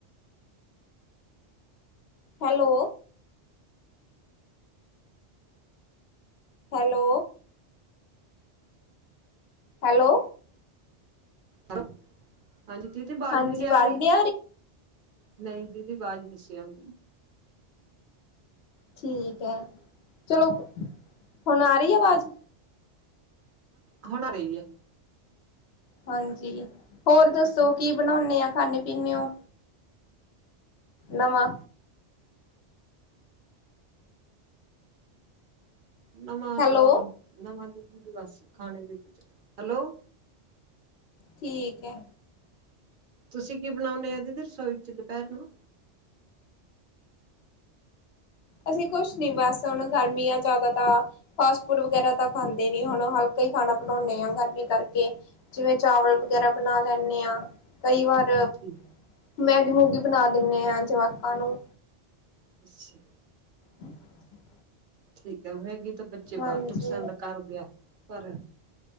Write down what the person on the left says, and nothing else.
Hello hello hello
ਹਾਂਜੀ
ਆਵਾਜ਼
ਨਹੀਂ
ਠੀਕ ਹੈ, ਚਲੋ ਹੁਣ ਆ ਰਹੀ ਐ ਆਵਾਜ਼।
ਹਾਂਜੀ ਹੋਰ ਦੱਸੋ ਕੀ ਬਣਾਉਂਦੇ ਆ, ਖਾਂਨੇ ਪੀਨੇ ਔ। ਨਵਾਂ
ਹੈਲੋ
ਠੀਕ ਹੈ।
ਅਸੀਂ ਕੁਛ ਨੀ ਬਸ, ਹੁਣ ਗਰਮੀ ਆ ਜ਼ਿਆਦਾ ਤਾਂ, ਫਾਸਟ ਫੂਡ ਵਗੈਰਾ ਤਾਂ ਖਾਂਦੇ ਨੀ ਹੁਣ, ਹਲਕਾ ਕਈ ਖਾਣਾ ਬਣਾਉਂਦੇ ਆਂ, ਗਰਮੀ ਕਰਕੇ ਜਿਵੇਂ ਚਾਵਲ ਵਗੈਰਾ ਬਣਾ ਲੈਂਦੇ ਆਂ, ਕਈ ਵਾਰ
ਮੈਗੀ ਵੀ ਬਣਾ ਦਿੰਦੇ ਹਾਂ, ਜਵਾਕਾਂ ਨੂੰ
ਹਮ <unintelligible>
ਹਾਂਜੀ